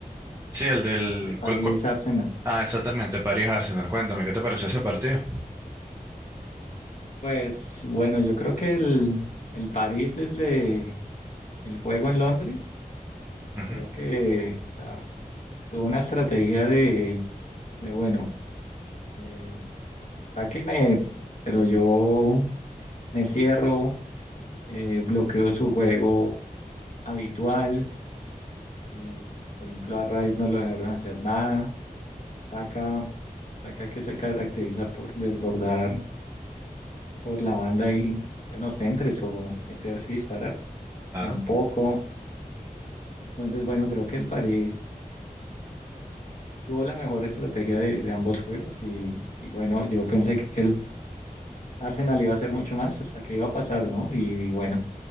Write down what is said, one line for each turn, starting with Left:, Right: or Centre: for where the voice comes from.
Right: Sí, el del...
Left: de París-Arsenal.
Right: cuál- cuál- Ah, exactamente, París Arsenal. Cuéntame, ¿qué te pareció ese partido?
Left: Pues bueno, yo creo que el, el París desde el juego en Londres,
Right: Ujú,
Left: creo que o sea, tuvo una estrategia de, de bueno, eh, atáquenme, pero yo me cierro eh, bloqueó su juego habitual. eh, por ejemplo, a Rice no lo dejaron hacer nada. Saca, saca que se caracteriza por desbordar por la banda y buenos centros o meterse y disparar.
Right: claro.
Left: Tampoco. Entonces, bueno, creo que el París tuvo la mejor estrategia de, de ambos juegos y, y bueno, yo pensé que el Arsenal iba a hacer mucho más hasta que iba a pasar, ¿no? Y bueno,